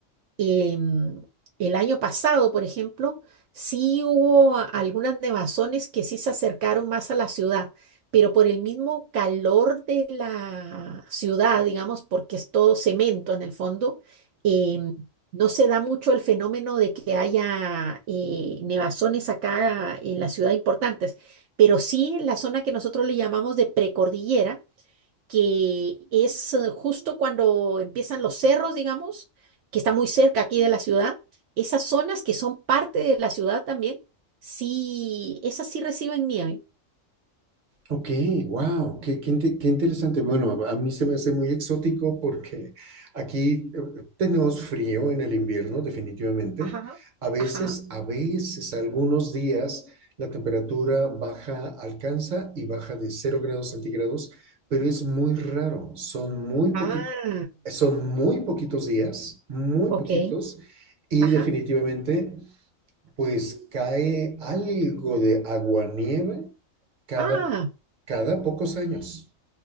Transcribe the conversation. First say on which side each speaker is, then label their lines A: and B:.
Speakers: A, on the right; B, on the right.
A: em, el año pasado, por ejemplo, sí hubo a- algunas nevazones que sí se acercaron más a la ciudad, pero por el mismo calor de la ciudad, digamos, porque es todo cemento en el fondo, em, no se da mucho el fenómeno de que haya eh, nevazones acá en la ciudad importantes, pero sí en la zona que nosotros le llamamos de precordillera que es eh, justo cuando empiezan los cerros, digamos, que está muy cerca aquí de la ciudad, esas zonas que son parte de la ciudad también, sí, esas sí reciben nieve.
B: Ok, wow, qué, qué inte- qué interesante. Bueno, a a mí se me hace muy exótico porque aquí eh, tenemos frío en el invierno, definitivamente.
A: Ajá,
B: A veces,
A: ajá.
B: a veces, algunos días la temperatura baja, alcanza y baja de cero grados centígrados, pero es muy raro. Son muy poquitos,
A: Ah,
B: son muy poquitos días, muy
A: ok.
B: poquitos, y
A: Ajá.
B: definitivamente, pues cae algo de aguanieve cada,
A: Ah,
B: cada pocos años.